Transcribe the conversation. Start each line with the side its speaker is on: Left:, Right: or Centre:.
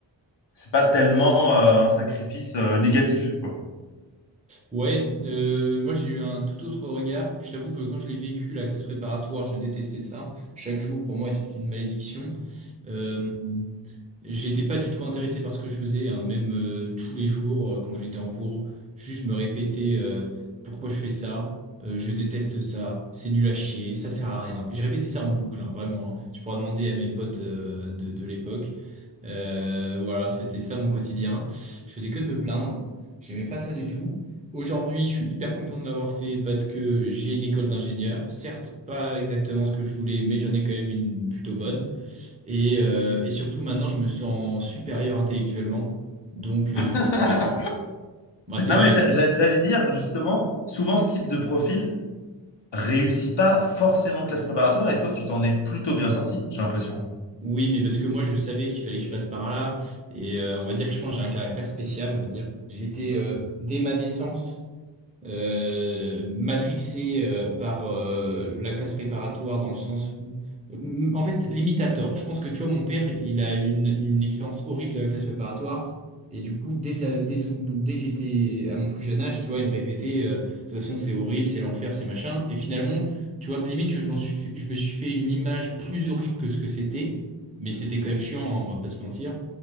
Left: c'est pas tellement euh, un sacrifice euh, négatif. quoi.
Right: Ouais, euh, moi j'ai eu un tout autre regard. Je t'avoue que quand je l'ai vécu, la classe préparatoire, je détestais ça. Chaque jour pour moi était une malédiction. Euh, j'étais pas du tout intéressé par ce que je faisais, hein. Même euh, tous les jours euh, quand j'étais en cours, juste je me répétais euh, pourquoi je fais ça, Euh, je déteste ça, c'est nul à chier, ça sert à rien. Et je répétais ça en boucle, hein, vraiment. hein. Tu pourras demander à mes potes euh, de, de l'époque. Euh, voilà, c'était ça mon quotidien. Je faisais que de me plaindre. J'aimais pas ça du tout. Aujourd'hui, je suis hyper content de l'avoir fait parce que j'ai une école d'ingénieur. Certes, pas exactement ce que je voulais, mais j'en ai quand même une plutôt bonne. Et, euh, et surtout, maintenant, je me sens supérieur intellectuellement. Donc, euh,
Left: <laughs> non,
Right: je regrette pas. Bah, c'est vrai.
Left: mais j'a-
Right: hein.
Left: j'a- j'allais dire, justement, souvent ce type de profil réussit pas forcément en classe préparatoire et toi, tu t'en es plutôt bien sorti, j'ai l'impression.
Right: Oui, mais parce que moi, je savais qu'il fallait que je passe par là. Et euh, on va dire que je pense que j'ai un caractère spécial, on va dire. J'étais, euh, dès ma naissance, euh, matrixé euh, par euh, la classe préparatoire dans le sens où... M- En fait, limite à tort. Je pense que tu vois, mon père, il a une, une expérience horrible de la classe préparatoire. Et du coup, dès, sa- dès, son- dès que j'étais à mon plus jeune âge, tu vois, il me répétait, euh, de toute façon, c'est horrible, c'est l'enfer, c'est machin. Et finalement, tu vois, limite, je m'en suis fait- je me suis fait une image plus horrible que ce que c'était. Mais c'était quand même chiant, hein, on va pas se mentir.